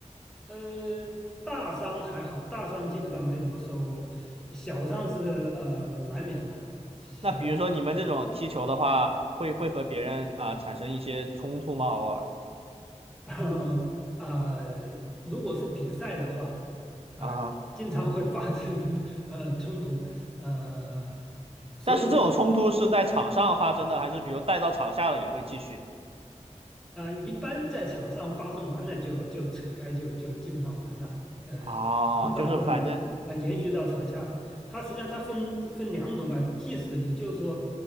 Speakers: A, in the centre; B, on the right.
A: 呃，大伤还好，大伤基本上没怎么受过，小伤是呃难免的，小伤。
B: 那比如说你们这种踢球的话，会会和别人啊、产生一些冲突吗？偶尔
A: <laughs> 然后啊、<laughs> 呃如果是比赛的话，呃，
B: 啊，
A: 经常会发生 <laughs> 呃冲突，呃，所以。
B: 但是这种冲突是在场上发生的，还是比如带到场下了也会继续？
A: 啊，一般在场上发生完了就就扯开就就基本上完了，呃，
B: 啊，
A: 很少会延呃延续到场下的。
B: 就是反正
A: 它实际上它分分两种吧，即使你就是说